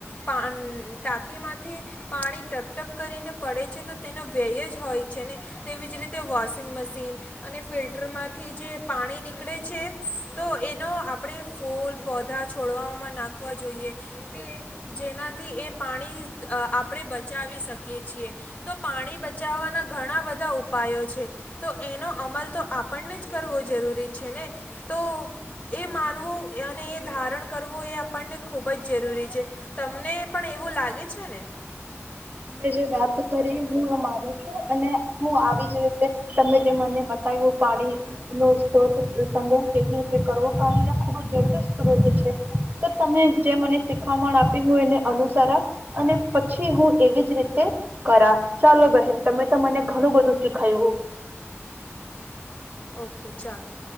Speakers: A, on the left; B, on the right.
A: પા ટાંકીમાંથી પાણી ટપટપ કરીને પડે છે તો તેનો વ્યય જ હોય છે ને તેવી જ રીતે વોશિંગ મશીન અને ફિલ્ટરમાંથી જે પાણી નીકળે છે તો એનો આપણે ફૂલ પૌધા છોડવામાં નાખવા જોઈએ કે જેનાથી એ પાણી આહ આપણે બચાવી શક કિયે છે. તો પાણી બચાવવાના ઘણા બધા ઉપાયો છે. તો એનો અમલ તો આપણને જ કરવો જરૂરી છે ને. તો એ માનવું અને એ ધારણ કરવું એ આપણને ખૂબ જ જરૂરી છે. તમને પણ એવું લાગે છે ને?
B: તમે જે વાત કરી હું માનું છું અને હું આવી જ રીતે તમે જે મને બતાવ્યું પાણી નો સ્ત્રોત સંગ્રહ કેવી રી કરવો ખુબ જ જરૂર સ્ત્રોત છે. તો તમે જે મને શીખામણ આપી એને અનુસરા અને પછી હું એવી જ રીતે કરા ચાલો બહેન તમે તો મને ઘણું બધું શીખાયું.
A: ઓકે ચાલો.